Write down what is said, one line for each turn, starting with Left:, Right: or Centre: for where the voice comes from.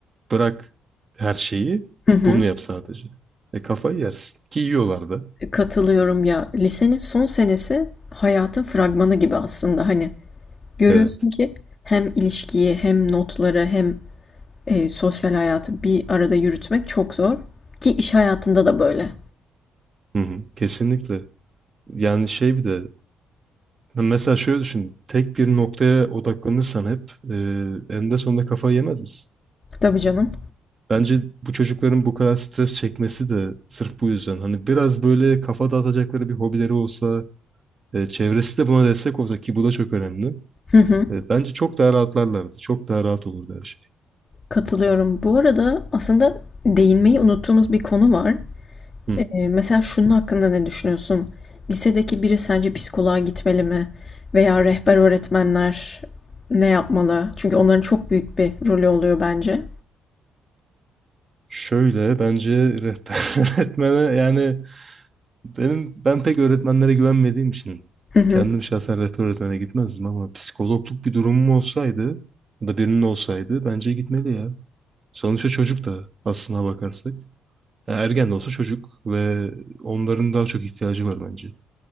Right: Bırak her şeyi,
Left: Hı hı.
Right: bunu yap sadece. E kafayı yersin. Ki yiyorlar da.
Left: Katılıyorum ya. Lisenin son senesi hayatın fragmanı gibi aslında. Hani görüyorsun
Right: Evet.
Left: ki hem ilişkiyi hem notları hem e, sosyal hayatı bir arada yürütmek çok zor. Ki iş hayatında da böyle.
Right: Hı hı. Kesinlikle. Yani şey bir de Ya Mesela şöyle düşün. Tek bir noktaya odaklanırsan hep e, eninde sonunda kafayı yemez misin?
Left: Tabii canım.
Right: Bence bu çocukların bu kadar stres çekmesi de sırf bu yüzden. Hani biraz böyle kafa dağıtacakları bir hobileri olsa, e, çevresi de buna destek olsa ki bu da çok önemli.
Left: <laughs>
Right: E, bence çok daha rahatlarlardı. Çok daha rahat olurdu her şey.
Left: Katılıyorum. Bu arada aslında değinmeyi unuttuğumuz bir konu var.
Right: Hı.
Left: Ee, mesela şunun hakkında ne düşünüyorsun? Lisedeki biri sence psikoloğa gitmeli mi? Veya rehber öğretmenler ne yapmalı? Çünkü onların çok büyük bir rolü oluyor bence.
Right: Şöyle bence rehber <laughs> öğretmene yani Benim ben pek öğretmenlere güvenmediğim için
Left: Hı hı.
Right: kendim şahsen rehber öğretmene gitmezdim ama psikologluk bir durumum olsaydı ya da birinin olsaydı bence gitmeli ya. Sonuçta çocuk da aslına bakarsak. Ya ergen de olsa çocuk ve onların daha çok ihtiyacı var bence.